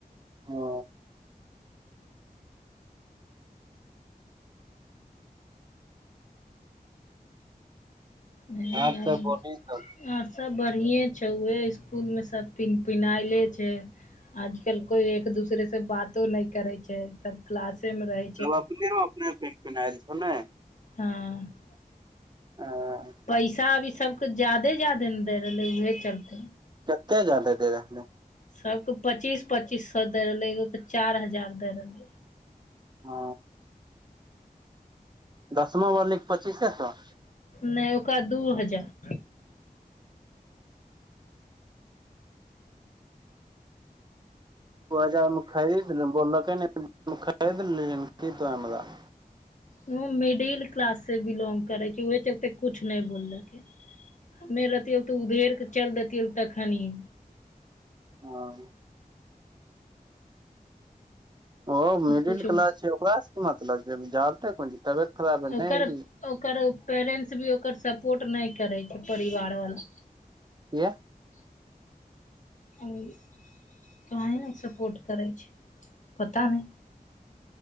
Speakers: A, on the right; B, on the left.
A: ओ।
B: <inaudible>
A: हाथ से बोलही तऽ
B: आर सब बढ़िए छै उहे इसकुल मे सब पिनपिनाइले छै। आजकल कोई एक दूसरे से बातो नै करे छै सब क्लासे में रहे।
A: लोग अपने में अपने पिनपिनायल छौ ने?
B: हँ।
A: ऐ।
B: पैसा अभी सबके ज्यादे ज्यादे ने दे रहलै उहे के चलते।
A: कतेऽ ज्यादे दे रहलो?
B: सबके पचीस पचीस सओ दै रहलै एगोके चारि हजार दै रहलै।
A: ओ। दशमां वाली के पचीसे सौ?
B: नहि ओकरा दू हजार।
A: दू हजार में खरीद ले बोललके नै खरीद <unintelligible>
B: ओ मिडिल क्लास से बिलोंग करै छै ओहे चलते कुछ नहि बोललकै। हमे रहतियौ तऽ उधेर कऽ चलि देैतियौ तखनिये।
A: हँ। ओ मिडिल
B: कुछो
A: क्लास छै ओकरा सऽ की मतलब छै <unintelligible> तबियत खराब भेले
B: ओकर
A: नै ऐली।
B: ओकर पैरेन्ट्स भी ओकर सपोर्ट नहि करै छै परिवारवला।
A: किए?
B: <inaudible> काहे ने सपोर्ट करै छै पता नहि।